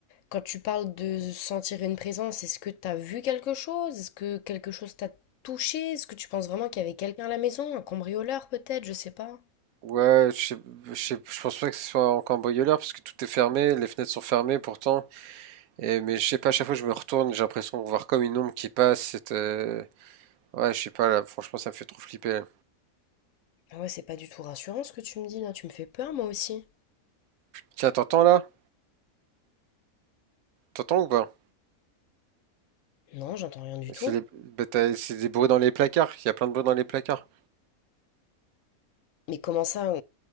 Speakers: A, on the left; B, on the right.
A: quand tu parles de sentir une présence, est-ce que t'as vu quelque chose? Est-ce que quelque chose t'a touché? Est-ce que tu penses vraiment qu'il y avait quelqu'un à la maison? Un cambrioleur peut-être? Je sais pas.
B: Ouais, je sais, je sais- je pense pas que ce soit un cambrioleur parce que tout est fermé, les fenêtres sont fermées pourtant. Et, mais je sais pas, à chaque fois que je me retourne, j'ai l'impression de voir comme une ombre qui passe. C'est, euh, Ouais, je sais pas, là, franchement, ça me fait trop flipper.
A: Ah ouais, c'est pas du tout rassurant ce que tu me dis là. Tu me fais peur, moi aussi.
B: Tiens, t'entends là? T'entends ou pas?
A: Non, j'entends rien du
B: C'est
A: tout.
B: les- bah, t'as- c'est des bruits dans les placards, il y a plein de bruits dans les placards.
A: Mais comment ça?